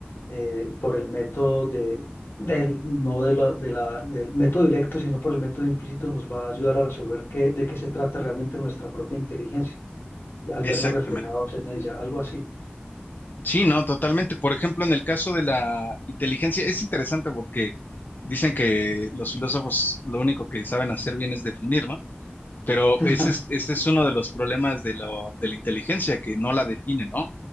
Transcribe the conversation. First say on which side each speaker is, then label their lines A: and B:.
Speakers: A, on the left (about 75°); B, on the left (about 50°).
A: eh, por el método de, del, no de la, de la- del método directo, sino por el método implícito, nos va a ayudar a resolver qué, de qué se trata realmente nuestra propia inteligencia, al
B: Exactamente.
A: vernos reflejados en ella, algo así.
B: Sí, no, totalmente. Por ejemplo, en el caso de la inteligencia, es interesante porque dicen que los filósofos lo único que saben hacer bien es definir, ¿no? Pero
A: <laughs>
B: ese es, este es uno de los problemas de, lo- de la inteligencia, que no la define, ¿no?